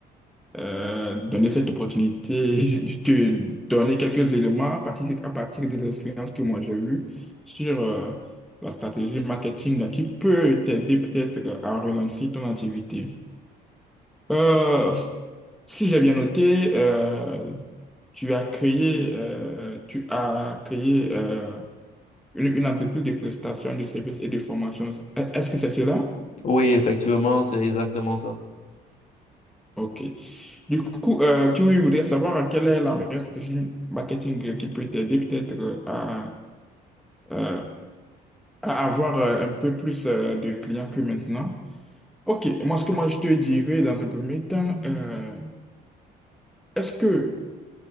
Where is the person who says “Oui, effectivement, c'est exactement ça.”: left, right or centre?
Left